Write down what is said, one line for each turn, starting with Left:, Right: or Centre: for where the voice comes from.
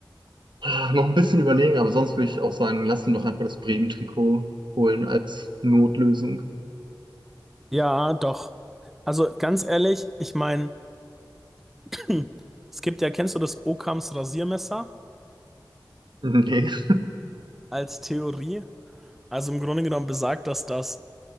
Right: ah, noch ein bisschen überlegen. Aber sonst würde ich auch sagen, lass sie doch einfach das Bremen-Trikot holen als Notlösung.
Centre: ja, doch. Also ganz ehrlich, ich meine, Hm. Es gibt ja, kennst du das Occams Rasiermesser
Right: <laughs> Nee.
Centre: als Theorie? Also im Grunde genommen besagt das, dass